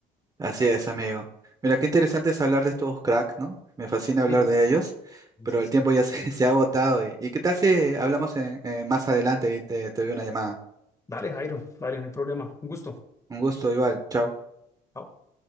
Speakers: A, on the right; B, on the left.
A: Así es, amigo. Mira, qué interesante es hablar de estos cracks, ¿no? Me fascina hablar
B: Sí,
A: de ellos, pero
B: sí,
A: el
B: sí.
A: tiempo ya se, <laughs> se ha agotado. ¿Y, y qué tal si hablamos en- en- más adelante y te, te doy una llamada?
B: Dale, Jairo, dale, no hay problema. Un gusto.
A: Un gusto, igual. Chao.
B: Chao.